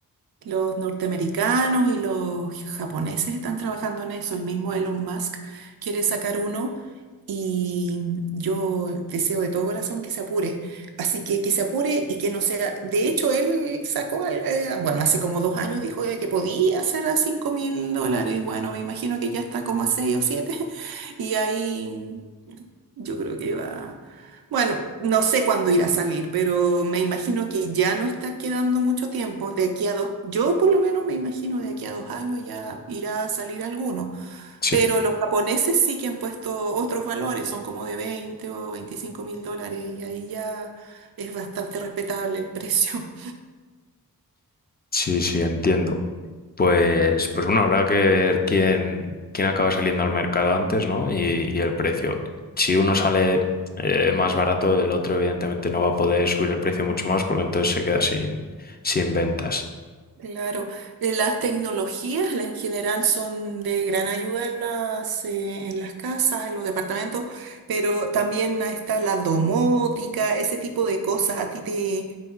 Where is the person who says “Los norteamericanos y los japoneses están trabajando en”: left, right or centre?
Right